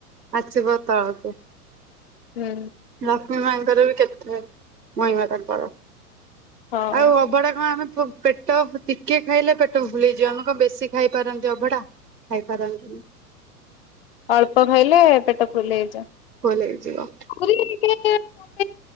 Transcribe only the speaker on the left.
ହୁଁ
ହଁ
ଅଳ୍ପ ଖାଇଲେ, ପେଟ ଫୁଲ ହେଇଯାଏ।
ଆହୁରି ଟିକେ ମାନେ,